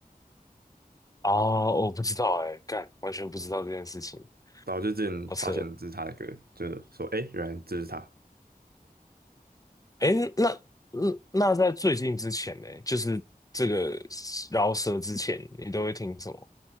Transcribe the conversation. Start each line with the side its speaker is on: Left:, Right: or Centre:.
Left: 哦，我不知道哎，干，完全不知道这件事情，
Right: 然后就之前发现这是他的歌，
Left: 好扯哦。
Right: 就是说，哎，原来这是他。
Left: 哎，那嗯那在最近之前呢，就是这个饶舌之前，你都会听什么？